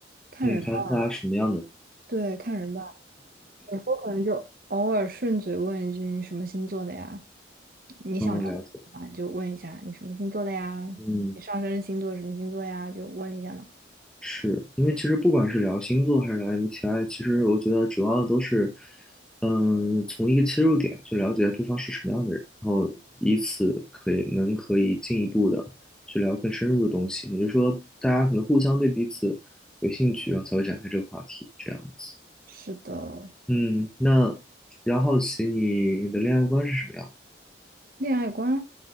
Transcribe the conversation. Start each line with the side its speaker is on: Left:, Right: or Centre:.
Right: 看人吧。
Centre: 嗯，他是大家什么样的？
Right: 对，看人吧。我可能就偶尔顺嘴问一句你什么星座的呀？你想了解什么？
Centre: 嗯，了解。
Right: 就问一下你什么星座的呀？
Centre: 嗯。
Right: 你上升星座什么星座呀？就问一下嘛。
Centre: 是因为其实不管是聊星座还是聊 MBTI，其实我觉得主要都是，嗯，从一个切入点去了解对方是什么样的人，然后以此可以能可以进一步的去聊更深入的东西。也就是说，大家可能互相对彼此有兴趣，然后才会展开这个话题，这样子。
Right: 是的，
Centre: 嗯，那比较好奇你的恋爱观是什么样的？
Right: 恋爱观